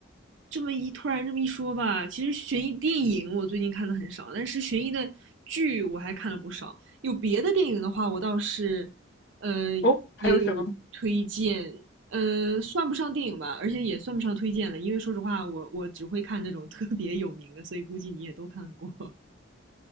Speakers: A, on the right (about 65°); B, on the left (about 55°).
A: 这么一突然这么一说吧，其实悬疑电影我最近看的很少，但是悬疑的剧我还看了不少。有别的电影的话，我倒是，呃，
B: 哦，还有什么？
A: 也有推荐，呃，算不上电影吧，而且也算不上推荐了，因为说实话，我我只会看那种特别有名的，所以估计你也都看过。